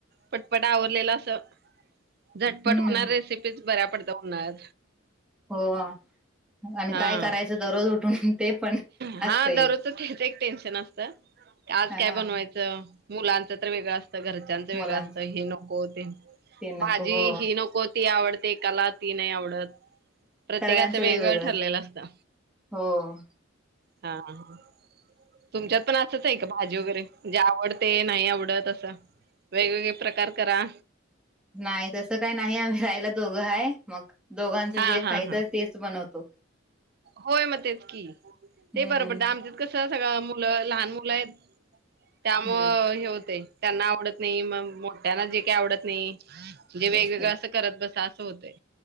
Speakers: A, on the right (about 50°); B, in the centre.
A: पटपट आवरलेलं असं, झटपट
B: हम्म
A: होणार रेसिपीच बऱ्या पडद होणार!
B: हो आणि
A: हा
B: काय करायचं दररोज उठून ते पण!
A: हा
B: असतं एक
A: दररोज तेच एक टेन्शन असतं की आज
B: हा
A: काय बनवाय च मुलांच तर वेगळं असतं घर च्याच वेगळं
B: मुलांच
A: असत हे नको, ते
B: ते नको
A: भाजी
B: हो
A: ही नको ती आवडते एकाला, ती नाही आवडत प्रत्येकाचं
B: सगळ्यांचं वेगवेगळं
A: वेगळं ठरलेलं असतं.
B: हो!
A: हा हा! तुमच्यात पण असंच आहे, का भाजी वगैरे जे आवडते नाही आवडत असं. वेगवेगळे प्रकार करा.
B: नाही तस काही नाही आम्ही राहायला दोघं आहे, मग दोघांचं
A: हा
B: जे
A: हा
B: खायचं
A: हा
B: ते च बनवतो.
A: होय म तेच कि,
B: हम्म
A: ते बरं पडत आमच्यात कसं सगळं मुलं लहान मुलं आहेत. त्यामुळ
B: हम्म
A: हे होतयं त्यांना आवडत नही, म मोठ्यांना जे काही आवडत नही. म्हणजे
B: तेच
A: वेगवेगळं असं करत बसां, असं होतंय.